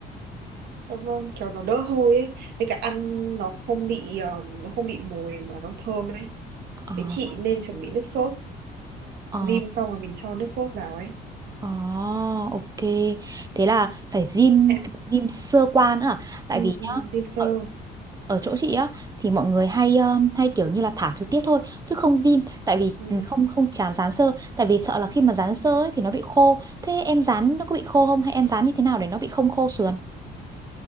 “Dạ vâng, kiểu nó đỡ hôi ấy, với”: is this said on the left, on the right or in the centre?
Right